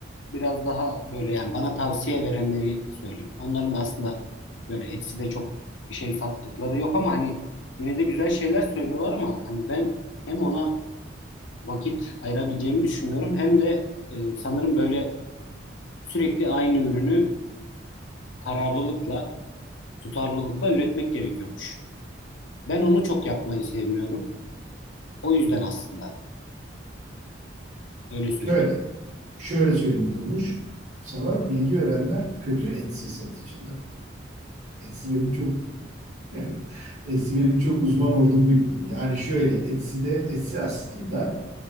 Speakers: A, on the left; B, on the right.
A: biraz daha böyle yani bana tavsiye verenleri söyleyeyim. Onların da aslında böyle Etsy'de çok bir şey sattıkları yok ama hani yine de güzel şeyler söylüyorlar ama hani ben hem ona vakit ayırabileceğimi düşünmüyorum. Hem de e, sanırım böyle sürekli aynı ürünü kararlılıkla, tutarlılıkla üretmek gerekiyormuş. Ben onu çok yapmayı sevmiyorum. O yüzden aslında öyle söyleyeyim.
B: Şöyle, şöyle söyleyeyim Durmuş. Sana bilgi verenler kötü etsi satıcılar. etsi benim çok <laughs> etsi benim çok uzman olduğum bir konu. Yani şöyle Etsy'de Etsy aslında